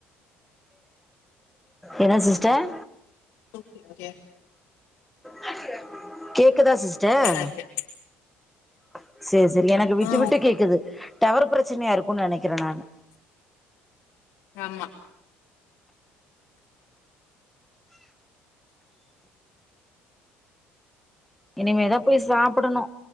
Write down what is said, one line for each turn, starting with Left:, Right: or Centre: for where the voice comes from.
Centre: என்ன சிஸ்டர்?
Left: ஓகேக்கே.
Centre: கே கேக்குதா சிஸ்டர்?
Left: நல்லா இருக்கே
Centre: ஆ சேரி சேரி எனக்கு விட்டு
Left: ஆ
Centre: விட்டு கேட்குது. டவர் பிரச்சனையா இருக்குன்னு நினைக்கிறேன் நானு.
Left: ஆமா.
Centre: இனிமேதா போய் சாப்புடணு